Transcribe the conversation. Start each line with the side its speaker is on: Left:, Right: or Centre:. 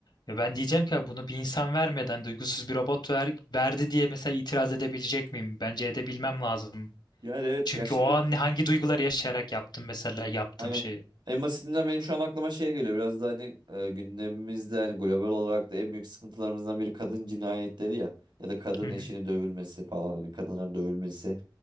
Left: Ya ben diyeceğim ki "Ya bunu bir insan vermeden duygusuz bir robot ver, verdi diye mesela itiraz edebilecek miyim? Bence edebilmem lazım.
Right: Yani evet
Left: Çünkü
Right: ya şimdi
Left: o an hangi duyguları yaşayarak yaptım mesela yaptığım
Right: Aynen.
Left: şeyi.
Right: En basitinden benim şu an aklıma şey geliyor. Biraz da hani e, gündemimizde hani global olarak da en büyük sıkıntılarımızdan biri kadın cinayetleri ya. Ya da kadın
Left: Hı
Right: eşinin
Left: hı.
Right: dövülmesi falan hani kadınların dövülmesi.